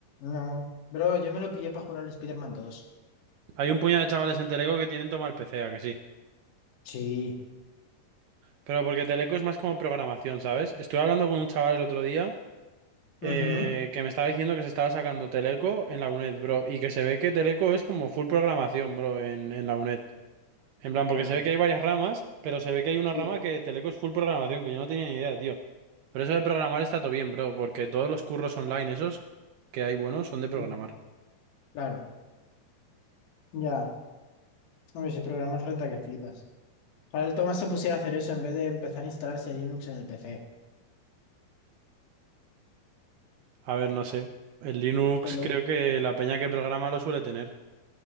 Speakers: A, on the left; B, on the right.
A: No, bro, yo me lo pillé para jugar al Spider-Man 2.
B: Hay un puñado de chavales en Teleco que tienen toma el PC, ¿a que sí?
A: Sí.
B: Pero porque Teleco es más como programación, ¿sabes? Estuve hablando con un chaval el otro día eh,
A: Ujú.
B: que me estaba diciendo que se estaba sacando Teleco en la UNED, bro, y que se ve que Teleco es como full programación, bro, en, en la UNED. En plan,
A: Bueno,
B: porque se ve que hay varias ramas, pero se ve que hay una
A: Sí,
B: rama que Teleco es full programación, que yo no tenía ni idea, tío. Pero eso de programar está todo bien, bro, porque todos los curros online esos que hay buenos son de
A: sí,
B: programar.
A: claro. Ya. Hombre, si programas renta que flipas. Para el Tomás se pusiera a hacer eso en vez de empezar a instalarse Linux en el PC.
B: A ver, no sé. El Linux
A: Esto es lo-
B: creo que la peña que programa lo suele tener.